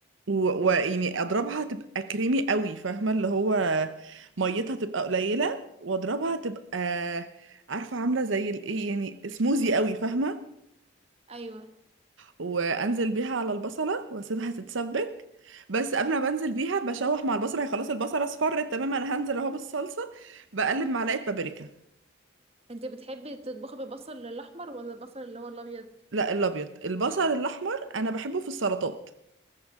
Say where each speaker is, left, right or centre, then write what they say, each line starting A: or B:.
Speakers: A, on the right; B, on the right.
A: و- ويعني اضربها تبقى كريمي قوي فاهمه اللي هو ميتها تبقى قليله واضربها تبقى عارفه عامله زي الايه يعني سموزي قوي فاهمه
B: ايوه
A: وانزل بيها على البصله واسيبها تتسبك بس قبل ما بنزل بيها بشوح مع البصله هي خلاص البصله اصفرت تماما انا هنزل اهو بالصلصه بقلب معلقه بابريكا
B: انت بتحبي تطبخي بالبصل الاحمر ولا البصل اللي هو الابيض
A: لا الابيض البصل الاحمر انا بحبه في السلطات